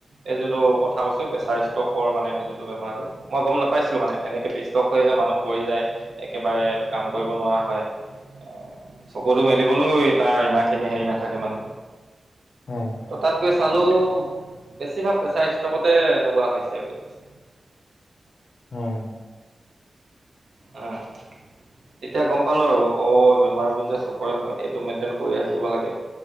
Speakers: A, on the right; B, on the left.
A: এই যোনটো কথা কৈছোঁ প্ৰেছাৰ ষ্টকৰ মানে সেই যোনটো বেমাৰটো মই গম নাপাইছিলোঁ মানে এনেকে প্ৰেছাৰ ষ্ট ষ্ট'ক হৈ যায় মানুহ পৰি যায় একেবাৰে কাম কৰিব নোৱাৰা হয়, আহ', চকুতটো মেলিবলৈও তাৰ ইমানখিনি হেৰি নাথাকে মানে।
B: উম', ।
A: ত' তাত গৈ চালোঊ বেছিভাগ প্ৰেছাৰ ষ্টকতে এনেকুৱা হৈছে বুলি কৈছে।
B: আহ',
A: উম', । তেতিয়া গম পালোঁ আৰু অ', বেমাৰবোৰ যে সবৰে হয়, এইটো মেইনটেইন কৰি ৰাখিব লাগে।